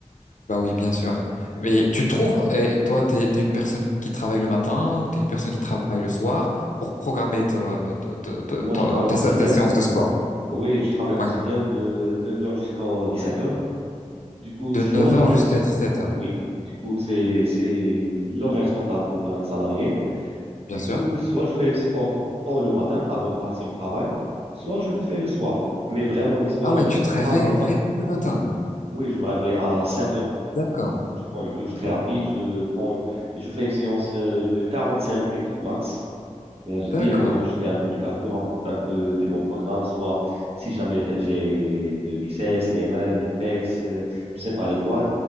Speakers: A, on the left; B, on the right.
A: Bah oui, bien sûr. Mais tu trouves, et toi, t'es, t'es une personne qui travaille le matin ou t'es une personne qui travaille le soir pour programmer ta, ta, ta, ta-
B: Moi,
A: ta-
B: je travaille au
A: ta
B: quotidien.
A: sé- ta séance de sport.
B: Oui, je travaille au quotidien
A: Oui.
B: de neuf heures jusqu'à dix-sept heures. Du coup,
A: De
B: soit
A: neuf
B: je
A: heures
B: fais
A: jusqu'à
B: le sport.
A: dix-sept heures,
B: Oui, du coup, c'est c'est l'horaire standard pour un salarié. Du
A: bien sûr.
B: coup, soit je fais le sport tôt le matin avant de partir au travail, soit je le fais le soir. Mais vraiment, le soir,
A: Ah ouais,
B: j'arrive
A: tu te réveilles
B: pas vraiment.
A: vraiment le matin.
B: Oui, je me réveille à sept h
A: D'accord,
B: Je prends une douche très rapide. Je prends, je fais une séance euh, de cinq minutes max. Et là, je- Directement,
A: d'accord,
B: je fais un peu du cardio, un, un peu de mon programme, soit si jamais j'ai j'ai le biceps, les mains, les pecs, euh, je sais pas, les quads.